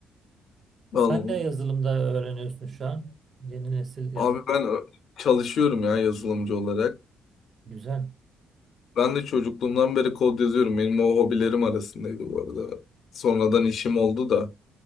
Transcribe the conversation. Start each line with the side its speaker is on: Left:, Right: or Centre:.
Left: Vallahi.
Right: Sen ne yazılımda öğreniyorsun şu an? Yeni nesil yazılım.
Left: Abi ben çalışıyorum ya yazılımcı olarak.
Right: Güzel.
Left: Ben de çocukluğumdan beri kod yazıyorum. Benim o hobilerim arasındaydı bu arada. Sonradan işim oldu da.